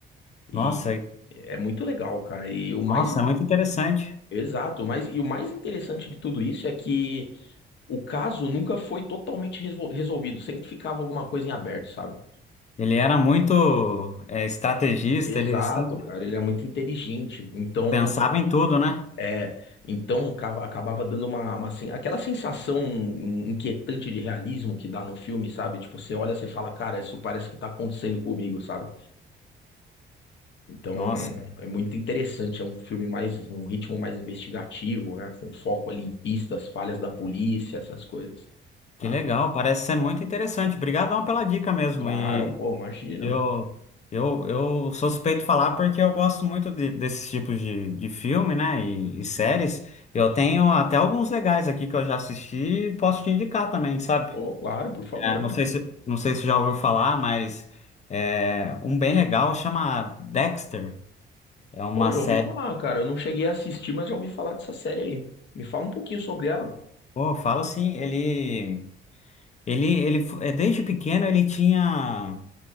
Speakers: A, on the left; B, on the left.
A: E
B: Nossa, e-
A: é muito legal, cara. E o mais
B: nossa, é muito interessante.
A: exato, o mais e o mais interessante de tudo isso é que o caso nunca foi totalmente resol- resolvido, sempre ficava alguma coisa em aberto, sabe?
B: Ele era muito, é, estrategista,
A: Exato,
B: ele sempre
A: cara, ele é muito inteligente. Então,
B: pensava em tudo, né?
A: é, então cava- acabava dando uma, uma sen- aquela sensação inquietante de realismo que dá no filme, sabe? Tipo, você olha, você fala, cara, isso parece que tá acontecendo comigo, sabe? Então,
B: Nossa,
A: é muito interessante. É um filme mais, um ritmo mais investigativo, né? Com foco ali em pistas, falhas da polícia, essas coisas.
B: que
A: Tá?
B: legal. Parece ser muito interessante. Obrigadão pela dica mesmo.
A: Claro, pô, imagina.
B: Eu, eu, eu sou suspeito de falar porque eu gosto muito de, desses tipos de, de filme, né? E, e séries. Eu tenho até alguns legais aqui que eu já assisti e posso te indicar também, sabe?
A: Pô, claro, por favor.
B: É, não sei se, não sei se já ouviu falar, mas é, um bem legal chama Dexter. É uma
A: Pô, já
B: série.
A: ouvi falar, cara. Eu não cheguei a assistir, mas já ouvi falar dessa série aí. Me fala um pouquinho sobre ela.
B: Pô, eu falo assim, ele, ele, ele, f- é, desde pequeno ele tinha,